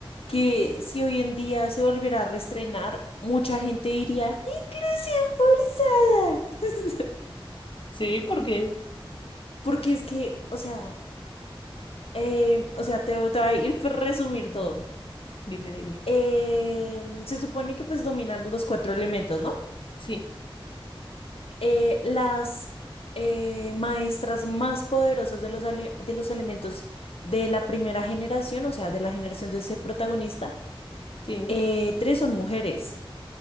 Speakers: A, on the left (about 80°); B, on the left (about 55°).
A: que si hoy en día se volviera a reestrenar, mucha gente diría, ¡Ilusión forzada!
B: Sí, porque,
A: <laughs> Porque es que, o sea, eh, o sea, te, te voy a ir por resumir todo.
B: dime, dime.
A: Eh, se supone que pues dominan los cuatro elementos, ¿no?
B: Sí,
A: Eh, las eh, maestras más poderosas de los, ale- de los elementos de la primera generación, o sea, de la generación de ese protagonista,
B: sí.
A: eh, tres son mujeres.